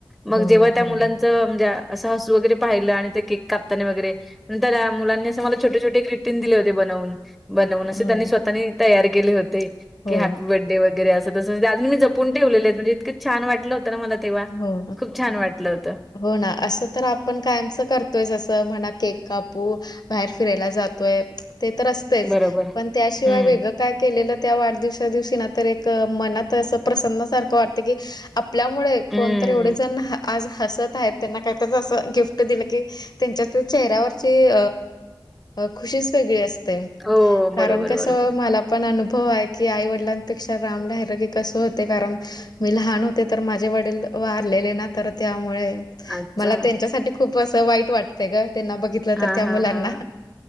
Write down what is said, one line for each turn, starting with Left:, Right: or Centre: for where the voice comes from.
Centre: मग
Left: हो
Centre: जेव्हा त्या
Left: बरोबर
Centre: मुलांनी म्हणजे असं हसू वगैरे पाहिलं आणि ते केक कापताना वगैरे नंतर मुलांनी असं मला छोटे छोटे ग्रिटींग दिले होते बनवून बनवून असे
Left: हो
Centre: त्यांनी स्वतःनी तयार केले होते
Left: हो
Centre: की हॅपी बर्थडे वगैरे असं तसजून मी पण ठेवलेले आहेत म्हणजे इतकं छान वाटलं होतं ना मला तेव्हा
Left: हो
Centre: खूप छान वाटलं होतं.
Left: हो ना असं तर आपण कायमच करतोय जसं म्हणा केक कापू बाहेर फिरायला जातोय ते तर असतेच
Centre: बरोबर.
Left: पण त्याशिवाय
Centre: हं.
Left: वेगळं काय केलेलं त्या वाढदिवसा दिवशी ना तर एक मनात असं प्रसन्नासारखं वाटतें की आपल्यामुळे
Centre: हं.
Left: कोणतरी एवढे जण आज हसत आहेत त्यांना काहीतरी असं गिफ्ट दिलं की. त्यांच्यात चेहऱ्यावरची खु वेगळी असते
Centre: हो.
Left: कारण
Centre: बरोबर,
Left: कस?
Centre: बरोबर.
Left: पण अनुभव आहे की आई वडिलांपेक्षा राम राहिलं की कसं होते कारण मी लहान होते तर माझे वडील वारलेले ना तर त्यामुळे
Centre: अच्छा.
Left: मला त्यांच्यासाठी खूप अस वाईट वाटतय ग त्यांना बघित.
Centre: हां,
Left: तर त्या मुलांना
Centre: हां, हां.